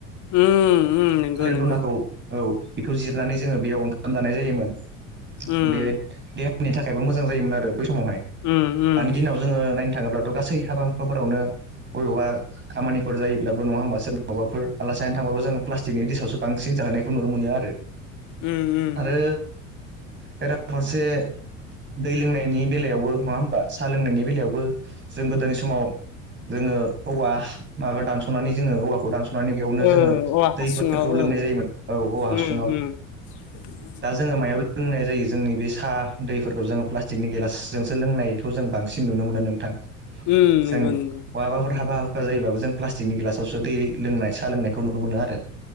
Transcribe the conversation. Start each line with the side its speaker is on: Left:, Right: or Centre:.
Left: उम उम नंगौ
Right: थालिर
Left: नंगौ
Right: दनाखौ औ बेखौ जिरनानै जोङो बेयाव ओंखाम जानाय जायोमोन।
Left: उम
Right: बे <unintelligible> थाखायबो मोजां जायोमोन आरो बै समावहाय
Left: उम उम
Right: दानि दिनाव जोङो नायनो थाङोब्लाथ' गासै हाबा। <unintelligible> बबेबा खामानिफोर जायोब्लाबो नङा होनबा सोर <unintelligible> ओबावबाफोर आलासि जानो थांबाबो जोङो प्लास्टिकनि दिस आवसो बांसिन जाहोनायखौ नुनो मोनो आरो।
Left: उम उम
Right: आरो बेराफारसे दै लोंनायनि बेलायावबो नङा होमबा साहा लोंनायनि बेलायावबो जों गोदोनि समाव जोङो औवा माबा दानस'नानै जोङो औवाखौ दानस' माने बेयावनो
Left: ओ
Right: जोङो
Left: औवा हासुङाव
Right: दैफोरखौ लोंनाय
Left: ओं
Right: जायोमोन। औ औवा हासुुंआव
Left: उम <unintelligible>
Right: दा जोङो मायाव लोंनाय जायो। जोंनि बे साहा दैफोरखौ जोङो प्लास्टिकनि गेलासजोंसो लोंनाय खौ जों बांसिन नुनो मोनो नोंथां।
Left: उम
Right: जों
Left: नांगौ नोंथां।
Right: बहाबाफोर हाबा हुखा जायोब्लाबो जों प्लास्टिकनि गिलासावसो दैयै लोंनाय साह लोंनायखौ नुनो मोनो आरो।